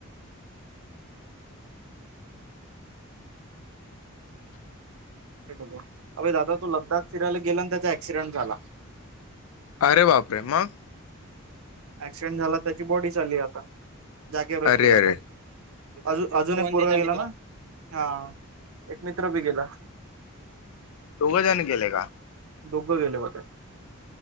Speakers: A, on the right; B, on the left.
A: ते अई दादा तू लद्दाख फिरायला गेला त्याचा ऍक्सिडेंट झाला.
B: अरे बापरे मग
A: क्सिडेंट झाला त्याची बॉडी चालली आता जागेवरच
B: अरे
A: गेला
B: अरे
A: तो अज अजूनही पूर्ण गेला ना हा एक मित्र बी गेला. <inaudible>
B: दोघं जण गेले का?
A: दोघं गेले होतत.